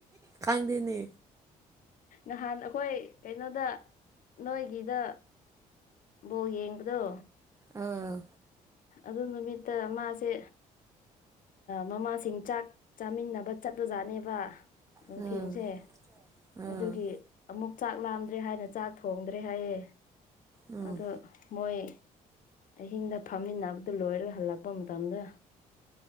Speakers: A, on the right; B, on the left.
A: ꯈꯪꯗꯦꯅꯦ꯫
B: ꯅꯍꯥꯟ ꯑꯩꯈꯣꯏ ꯀꯩꯅꯣꯗ ꯅꯣꯏꯒꯤꯗ ꯕꯣꯜ ꯌꯦꯡꯕꯗꯣ
A: ꯑꯥ
B: ꯑꯗꯨ ꯅꯨꯃꯤꯠꯇ ꯃꯥꯁꯦ꯫ ꯃꯃꯥꯁꯤꯡ ꯆꯥꯛ ꯆꯥꯃꯤꯟꯅꯕ ꯆꯠꯄꯖꯥꯠꯅꯦꯕ ꯅꯨꯡꯊꯤꯟꯁꯦ꯫
A: ꯑꯥ ꯑꯥ
B: ꯑꯗꯨꯒꯤ ꯑꯃꯨꯛ ꯆꯥꯛ ꯂꯥꯝꯗ꯭ꯔꯦ ꯍꯥꯏꯅ ꯆꯥꯛ ꯊꯣꯡꯗ꯭ꯔꯦ ꯍꯥꯏꯌꯦ꯫
A: ꯎꯝ
B: ꯑꯗꯣ ꯃꯣꯏ ꯑꯍꯤꯡꯗ ꯐꯝꯃꯤꯟꯅꯕꯗꯨ ꯂꯣꯏꯔꯒ ꯍꯜꯂꯛꯄ ꯃꯇꯝꯗ